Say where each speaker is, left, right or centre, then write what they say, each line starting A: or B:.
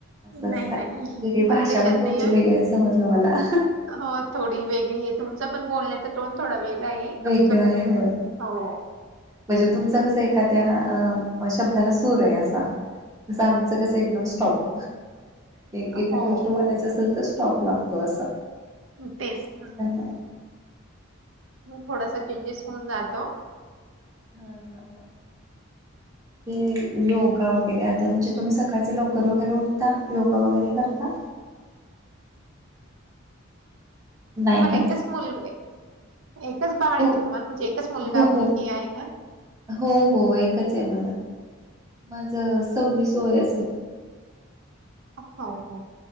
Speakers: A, on the right; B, on the right.
A: नाही
B: अस
A: नाही
B: वेगळी
A: परदेशात
B: भाषा पण तुमची
A: नाही
B: वेगळी आहे समजलं मला
A: हो थोडी वेगळी आहे तुमचा पण बोलण्याचा टोन थोडा वेगळा नाही
B: वेगळं
A: आमचं
B: आहे
A: पण माय
B: होय
A: हो
B: म्हणजे तुमचं कसं एखाद्या अ शब्दाला सूर आहे असा कसं आमचं कसं एकदम स्टॉप एखादी्या
A: हो
B: गोष्ट बोलायच असेल तर स्टॉप लागतो असं
A: तेच ना
B: हम
A: थोडासा चेंजेस होऊन जातो
B: हा ह ह ते योगा
A: हम्म.
B: वगैरे तर म्हणजे तुम्ही सकाळचे लवकर वगैरे उठता योगा वगैरे करता नाही
A: तुम्हाला
B: ना
A: एकच मुलगा आहे एकच बाळ आहे
B: हो
A: का तुम्हाला म्हणजे एकच मुलगा
B: हो
A: मुलगी
B: हो
A: आहे का
B: हो हो एकच आहे मला माझ सव्वीस वय असेल
A: हो